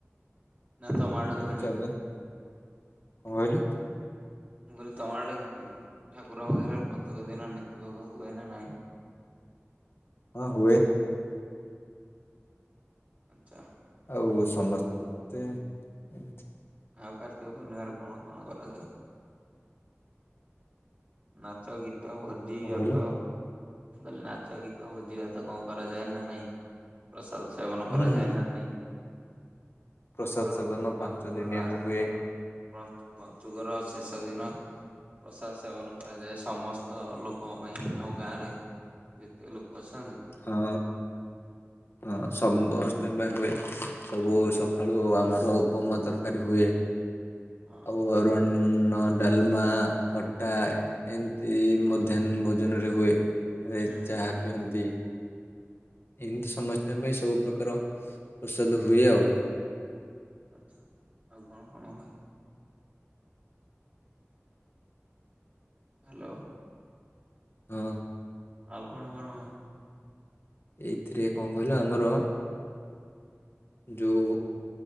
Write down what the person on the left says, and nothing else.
<unintelligible>
ଚାଲେ କଣ କହିଲୁ?
ହଁ ହୁଏ।
ଆଉ ସମସ୍ତେ ଏମ
କହିଲୁ
ହୁଁ
ହୁଁ
ପ୍ରସାଦ
ସେବନ
ପାଞ୍ଚ ଦିନିଆଙ୍କ
ହୁଏ
ହଁ ହଁ ସମସ୍ତଙ୍କ ପାଇଁ ହୁଏ। ସବୁ ସକାଳୁ ଆମର ଉପମା, ତରକାରି ହୁଏ।
ଆଉ ଅରନନ ଡାଲମା, ଖଟା ଏମିତି ମଧ୍ୟାହ୍ନ ଭୋଜନରେ ହୁଏ। ରେ
ଚାହା ପିଅନ୍ତି। ଏମିତି ସମସ୍ତଙ୍କ ପାଇଁ ସବୁ ପ୍ରକାର ପ୍ରସାଦ ହୁଏ ଆଉ।
ହଁ।
ଏଇଥିରେ କଣ କହିଲ ଆମର ଯଉ